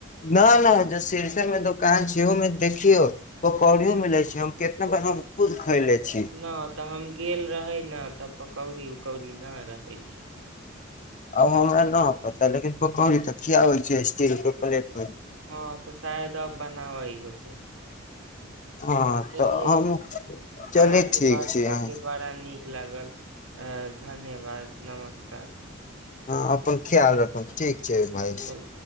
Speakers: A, on the left (about 40°); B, on the right (about 85°).
A: न न जो सीरसे में दोकान छै ओ में देखियो ओ पकौड़ियो मिले छै हम केितना बार हम खुद खैले छी
B: नहि तऽ हम गेल रहै ने तऽ पकौड़ी उकौड़ी नहि रहै छी
A: आब हमरा न पता लेकिन पकौड़ी किया होइ छै स्टील रप
B: हँ तऽ शायद आब बनावै होतै
A: हँ
B: चलियै
A: तऽ हमहुँ चलैत
B: अहाँ से
A: छी
B: बात करके
A: अहाँसँ
B: बड़ा नीक लागल अ धन्यवाद नमस्कार
A: हँ अपन ख्याल राखब ठीक छै भाई
B: चलि